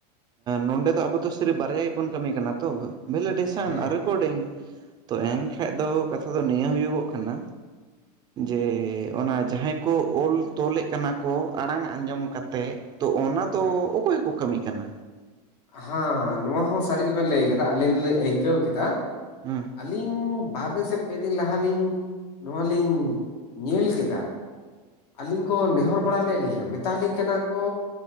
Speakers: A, on the right; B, on the left.
A: ᱱᱚᱰᱮ ᱫᱚ ᱟᱵᱚ ᱫᱚ ᱥᱤᱨᱤᱯ ᱵᱟᱨᱭᱟ ᱜᱮᱵᱚᱱ ᱠᱟᱹᱢᱤ ᱠᱟᱱᱟ ᱛᱚ᱾ ᱵᱷᱮᱞᱮ ᱰᱷᱮᱥᱟᱱ
B: ᱦᱮᱸ
A: ᱟᱨ ᱨᱮᱠᱚᱰᱤᱝ ᱛᱳ
B: ᱦᱮᱸ
A: ᱮᱱᱠᱷᱟᱡ ᱫᱚ ᱠᱟᱛᱷᱟ ᱫᱚ ᱱᱤᱭᱟᱹ ᱦᱩᱭᱩᱜᱚᱜ ᱠᱟᱱᱟ ᱡᱮ ᱚᱱᱟ ᱡᱟᱦᱟᱸᱭ ᱠᱚ ᱚᱞ ᱛᱚᱞᱮᱫ ᱠᱟᱱᱟ ᱠᱚ ᱟᱲᱟᱝ ᱟᱸᱡᱚᱢ ᱠᱟᱛᱮᱫ ᱛᱚ ᱚᱱᱟ ᱫᱚ
B: ᱦᱮᱸ
A: ᱚᱠᱚᱭ ᱠᱚ ᱠᱟᱹᱢᱤ ᱠᱟᱱᱟ?
B: ᱦᱟᱸ ᱱᱚᱣᱟ ᱦᱚᱸ ᱥᱟᱹᱨᱤ ᱜᱮᱵᱮᱱ ᱞᱟᱹᱭ ᱠᱟᱫᱟ ᱟᱹᱞᱤᱧ ᱫᱚᱞᱤᱧ ᱟᱹᱭᱠᱟᱹᱣ ᱠᱮᱫᱟ᱾
A: ᱦᱩᱸ
B: ᱟᱹᱞᱤᱧ ᱵᱟᱨ ᱫᱤᱱ ᱥᱮ- ᱯᱮ ᱫᱤᱱ ᱞᱟᱦᱟᱞᱤᱧ ᱱᱚᱣᱟ ᱞᱤᱧ ᱧᱮᱞ ᱠᱮᱫᱟ᱾ ᱟᱹᱞᱤᱧ ᱠᱚ ᱱᱮᱦᱚᱨ ᱵᱟᱲᱟ ᱞᱮᱫ ᱞᱤᱧᱟᱹ ᱢᱮᱛᱟ ᱟᱞᱤᱧ ᱠᱟᱱᱟ ᱠᱚ